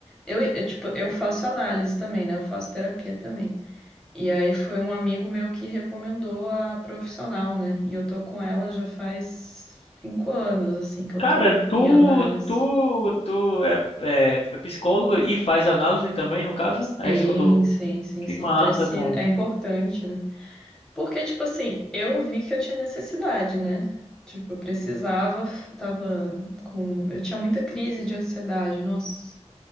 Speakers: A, in the centre; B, on the left.
A: eu, é, tipo, eu faço análise também, né? Eu faço terapia também. E aí foi um amigo meu que recomendou a profissional, né? E eu tô com ela já faz cinco anos, assim, que eu
B: Cara,
A: tô
B: tu,
A: em análise.
B: tu, tu é, é, é psicólogo e faz análise também, no caso? É
A: Sim,
B: isso que eu tô.
A: sim, sim,
B: Que
A: sim.
B: massa,
A: Precisa,
B: cara.
A: é importante, né? Porque, tipo assim, eu vi que eu tinha necessidade, né? Tipo, eu precisava, f- tava com. Eu tinha muita crise de ansiedade, nossa,